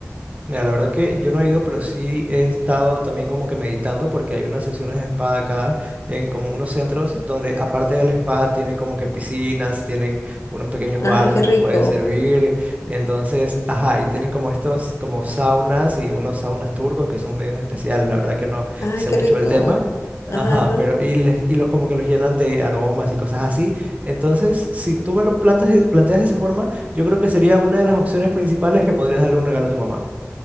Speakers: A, on the right (about 30°); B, on the left (about 65°).
A: Mira, la verdad que yo no he ido, pero sí he estado también como que meditando porque hay unas sesiones de espada acá en como unos centros donde aparte del la tienen como que piscinas, tienen unos pequeños
B: Ay,
A: bares
B: qué
A: donde
B: rico.
A: pueden servir, entonces, ajá, y tienen como estos como saunas y unos saunas turcos que son medios especiales, la verdad que no
B: Ay,
A: sé
B: qué
A: mucho
B: rico.
A: del tema. Ajá,
B: Ajá, ajá.
A: pero y, les- y los como que los llenan de aromas y cosas así. Entonces, si tú me lo plantas, de- planteas de esa forma, yo creo que sería una de las opciones principales que podrías darle un regalo a tu mamá.